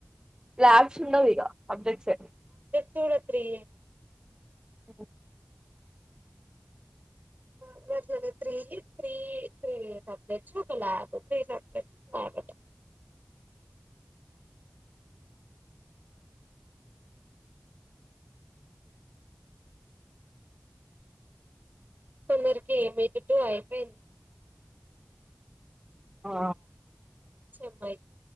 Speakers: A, on the right; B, on the right.
A: ల్యాబ్స్ ఉండవ్ ఇక సబ్జెక్ట్స్ అ
B: చూడు త్రీ
A: అఓ
B: <unintelligible> కొందరికి మిడ్ టు అయిపోయింది
A: ఆ
B: చె మయి